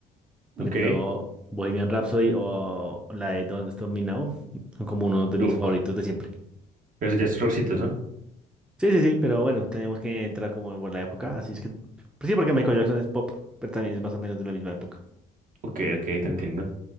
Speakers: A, in the centre; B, on the right (about 50°).
A: Por
B: ok,
A: ejemplo, Bohemian Rhapsody o la de Don't Stop Me Now son como uno de mis
B: uf,
A: favoritos de siempre.
B: pero ya es rockcito, ¿no?
A: Sí, sí, sí, pero bueno, teníamos que entrar como por la época, así es que... pues sí, porque Michael Jackson es pop, pero también es más o menos de la misma época.
B: Ok, ok, te entiendo.